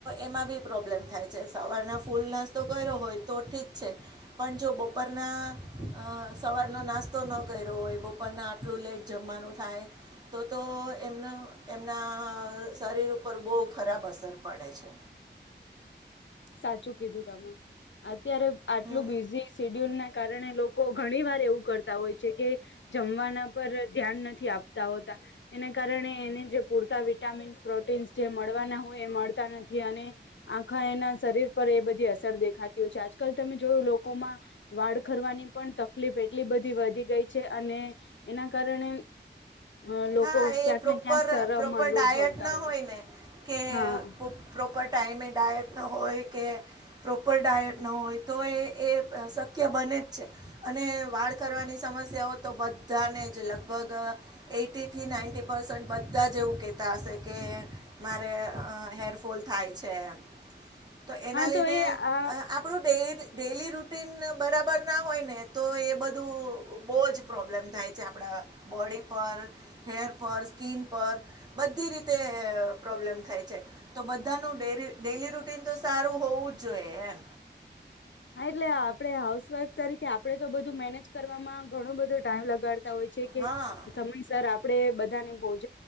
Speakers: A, on the right (about 20°); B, on the left (about 80°).
A: એમાં બી પ્રોબ્લેમ થાય છે સવારના ફૂલ નાસ્તો કર્યો હોય તો ઠીક છે, પણ પણ જો બપરના સવારનો નાસ્તો ન કર્યો હોય બપોરના આટલું લેટ જમવાનું. થાય, તો તો એમ એમના શરીર ઉપર બહુ ખરાબ અસર પડે. પડે છે.
B: સાચું કીધું તમે અત્યારે આટલું
A: હમ
B: બીઝી સેડ્યુલ ના કારણે લોકો ઘણી વાર એવું કરતા હોય છે કે, જમવાના પર ધ્યાન નથી આપ એના કારણે એને જે પૂરતા વિટામીન્સ પ્રોટીન્સ જે મળવાના હોય એ નથી અને, આખા એના શરીર પર એ બધી અસર દેખાતી હોય છે આજકાલ તમે જોયું લોકોમાં વાળ ખરવાની પણ તકલીફ એટલી બધી વધી ગઈ છે અને, એના કારણે અ લોકો
A: હા એ
B: ક્યાંક
A: પ્રોપર
B: ને ક્યાંક શરમ
A: પ્રોપર
B: અનુભવતા
A: ડાયટ ના
B: હોય છે,
A: ને કે
B: હા.
A: પ્રોપર ટાઈમે ડાયટ ન હોય કે, પ્રોપર ડાયટ ન હોય તો એ એ શખ્ય કે બને જ છે, અને વાળ કરવાની સમસ્યાઓ તો બધાને જ લગભગ, એટ એીથી નાઇન્ટી પર્સન્ટ બધા જ એવું કહેતા હશે કે, મારે અ હેરફોલ થાય છે એ. તો એના
B: હા
A: લીધે
B: એ આ
A: આપણું ડેલી રૂટીન બરાબર ના હોય ને તો એ બધું બહુ જ પ્રોબ્લેમ થાય છે આપણા બોડી પર. હેર પર સ્કીિન પર, બધી રીતે પ્રોબ્લેમ થાય છે, તો બધાનું ડેલી રૂટીન તો સારું હોવું જ જોઈએ એમ.
B: હા એટલે આપડે હાઉસવાઈફ તરીકે આપડે તો બધું મેનેજ કરવામાં ઘણું બધો ટાઈમ લગાડ હોય છે કે,
A: હા
B: સમયસર આપણેે બધાને પહ